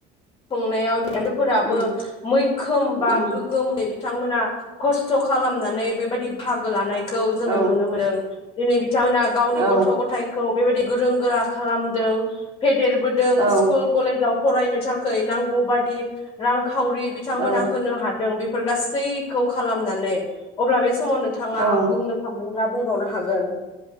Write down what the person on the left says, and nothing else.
खुंनायाव <unintelligible> फोराबो
मैखोम बा
गोगोम <unintelligible> बिथांमोना खस्थ' खालामनानै बेबायदि बाहागो लानाय खौ जोंङो
नुनो मोदों। दिनै बि थांमोना गावनि
गथ' गथायखौ बेबायदि गोरों गोरा खालामदों फे देरबोदों
स्कुल कलेजाव फरायनो थाखै नांगौ बादि‌ रां खावरि बिथांमोना
होनो हादों बे फोर गासै खौ खालामनानै अब्ला बे समाव नोंथांङा
बुंनो सानो ब्ला बुंबावनो हा हागोन